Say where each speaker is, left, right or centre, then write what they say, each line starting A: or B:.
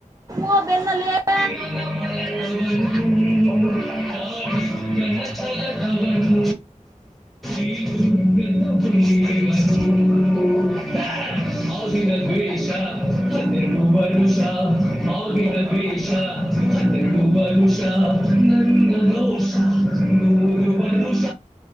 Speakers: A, on the right (about 25°); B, in the centre.
A: ಹ ಬೆಂದಲ್ಲ <unintelligible>
B: ಹ <inaudible> ಅವನು ಚಾಣುಕ್ಯನ ಛಲದವನು ಈ ದುರ್ಗಟ್ಟ ಖುಷಿಯವನು <unintelligible> ಹಾವಿನ ದ್ವೇಷ ನೂರು ವರ್ಷ ಹಾವಿನ ದ್ವೇಷ ಹನ್ನೆರಡು ವರ್ಷ ನನ್ನ ರೋಷನೂರು ವರ್ಷ